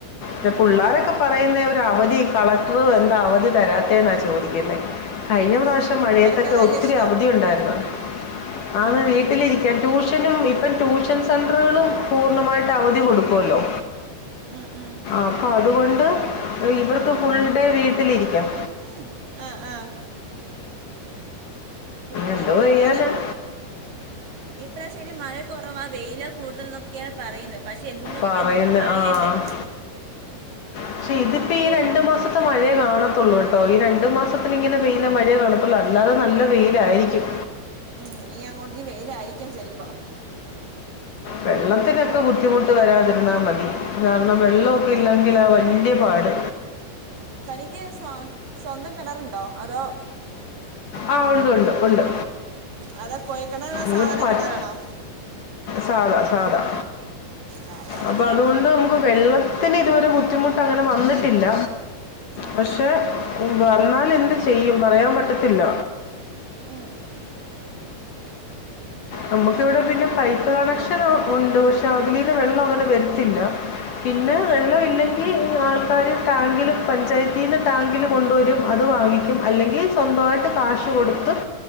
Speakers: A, on the left; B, on the right.
A: പ്പെ
B: ഉം,
A: പിള്ളാരൊക്കെ
B: ഉം,
A: പറയുന്നേ ഒരു അവധി കളക്ടർ എന്താ അവധി തരാത്തേന്നാ ചോദിക്കുന്നേ കഴിഞ്ഞ പ്രാവശ്യം
B: ഉം.
A: മഴയത്തൊക്കെ
B: അവർക്കതല്ല
A: ഒത്തിരി
B: ഇഷ്ടം
A: അവധി ഉണ്ടായിരുന്നു ആന്ന്
B: ഉം.
A: വീട്ടിലിരിക്ക ട്യൂഷനും ഇപ്പം ട്യൂഷൻ സെൻററുകളും പൂർണ്ണമായിട്ട് അവധി കൊടുക്കുവല്ലോ
B: ഉം ഉം
A: അപ്പൊ അതുകൊണ്ട് ഇവർക്ക് ഫുൾ ഡേ വീട്ടിലിരിക്കാം
B: അറങ്ങ് ആ ആ ഇപ്പൊ പിന്നെ
A: എന്തോ
B: ഒന്നാതെ
A: ചെയ്യാനാണ്
B: ഈ പ്രാവശ്യം മഴ കുറവാ വെയിലാ കൂടുതൽ എന്നൊക്കെയാ പറയുന്ന പക്ഷെ ഇന്ന് ഇപ്പ
A: പറയുന്നത്
B: എന്നും മഴയല്ലേ
A: ആ പക്ഷെ ഇതിപ്പോ
B: ഒരു
A: ഈ രണ്ടു മാസം മഴേ കാണത്തുള്ളൂ കേട്ടോ ഈ രണ്ടു മാസത്തിൽ ഇങ്ങനെ പെയ്യുന്ന മഴയെ കാണത്തുള്ളൂ അല്ലാതെ നല്ല വെയിലായിരിക്കും
B: ഉം ഇനി അങ്ങോട്ടീ വെയിലയിരിക്കാം ചെലപ്പൊ
A: വെള്ളത്തിനൊക്കെ ബുദ്ധിമുട്ട് വരാതിരുന്നാ മതി കാരണം വെള്ളമൊക്കെ ഇല്ലെങ്കിൽ ആ വലിയപാട്
B: തനിക്ക് സ് സ്വന്തം കിണറുണ്ടോ അതോ
A: ആ ഉണ്ട് ഉണ്ട് ഉണ്ട്
B: അത കുയൽ ക്കിണറ സാധാരണ
A: ഇത് പ-
B: കിണറാണോ
A: സാധാ സാധാ
B: ആ പിന്നെ
A: അപ്പൊ അതുകൊണ്ട് നമുക്ക് വെള്ളം ത്തിന് ഇതുവരെ ബുദ്ധിമുട്ട് അങ്ങനെ വന്നിട്ടില്ല
B: ഉം
A: പക്ഷെ
B: ഉം
A: വന്നാൽ എ ചെയ്യും പറയാൻ പറ്റത്തില്ല
B: ഉം
A: നമ്മുക്ക് ഇവിടെ പിന്നെ പൈപ്പ് കണക്ഷൻ ഉണ്ട് പക്ഷെ അതിലീന്ന് വെള്ളം അങ്ങനെ വരത്തില്ല പിന്നെ വെള്ളമല്ലെങ്കിൽ
B: ഏ
A: ആൾക്കാാര് ടാങ്കില് പഞ്ചായത്തിൽന്ന് ടാങ്കില് കൊണ്ടുവരും അത വാങ്ങിക്കും അല്ലെങ്കിൽ സ്വന്തമായിട്ട് കാശ് കൊടുത്തും